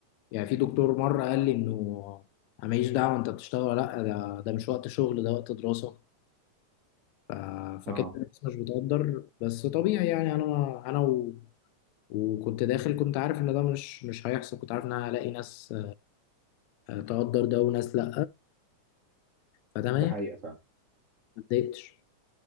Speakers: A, on the left (about 75°); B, on the right (about 80°).
A: يعني في دكتور مره قال لي انه انا ماليش دعوه انت بتشتغل ولا لا ده ده مش وقت شغل ده وقت دراسه ف... فكده
B: اه
A: الناس مش بتقدر بس طبيعي يعني انا انا و... وكنت داخل كنت عارف ان ده مش مش هيحصل كنت عارف ان انا هلاقي ناس آه، تقدر ده وناس لا فتمام
B: دي حقيقه فعلا
A: ما اتضايقتش